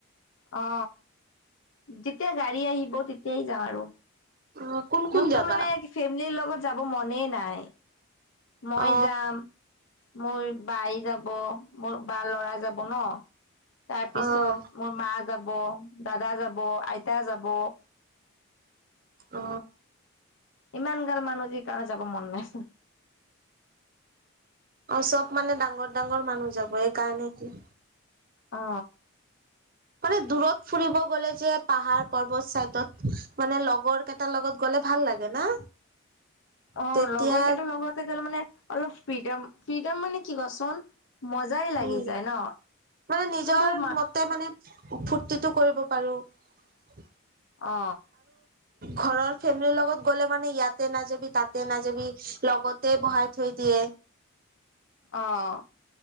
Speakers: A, on the left (about 60°); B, on the right (about 40°).
A: অ যেতিয়া গাড়ী আহিব তেতিয়াই যাম আৰু
B: অ কোন কোন
A: মোৰতো
B: যাবা?
A: মানে ফেমিলিৰ লগত যাব মনে নাই মই
B: অ
A: যাম মোৰ বাই যাব মোৰ বা লৰা যাব ন তাৰ পিছত
B: অ
A: মোৰ মা যাব দাদা যাব আইতা যাব
B: অ
A: ইমান গাল মানুহ যি কাৰণে যাব মন নাইছিল।
B: অ চব মানে ডাঙৰ ডাঙৰ মানুহ যাব সেইকাৰণে কি।
A: অ।
B: মানে দূৰত ফুৰিব গ'লে যে পাহাৰ পৰ্বত চাইডত মানে লগৰ কেইটাৰ লগত গ'লে। ভাল লাগে না।
A: অ
B: তেতিয়া
A: লগৰ কেইটাৰ লগৰতে গ'লে মানে অলপ ফ্ৰীডম ফ্ৰীডম মানে কি কচোন। মজাই লাগি
B: উম
A: যায় ন'
B: মানে নিজৰ
A: কিন্তু মা
B: মতে মানে। ফূৰ্তিটো কৰিব পাৰিম।
A: অ।
B: ঘৰৰ ফেমিলিৰ লগত গ'লে মানে ইয়াতে নাযাবি তাতে নাযাবি লগতে বহাই থৈ। দিয়ে।
A: অহ।